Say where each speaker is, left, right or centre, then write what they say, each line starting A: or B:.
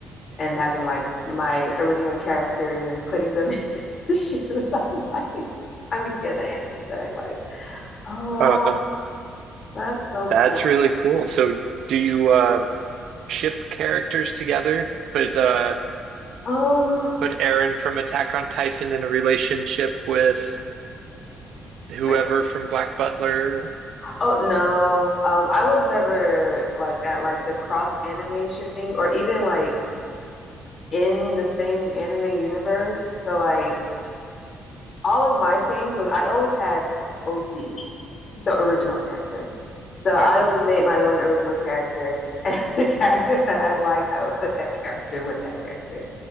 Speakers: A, on the left (about 50°); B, on the right (about 75°).
A: and having like my original characters and putting them <laughs> into the shows I liked. I mean, yeah, the animes that I like. Oh wow,
B: Uh-huh.
A: that's so cool.
B: That's really cool. So do you uh, ship characters together? Put uh,
A: Um,
B: put Aaron from Attack on Titan in a relationship with whoever
A: like
B: from Black Butler.
A: oh no, um, I was never like that. Like the cross anime shipping, or even like in the same anime universe. So like all of my things was I always had OCs, so original characters. So I
B: Uh,
A: always made my own original character, <laughs> and the character that I liked, I would put that character with that character.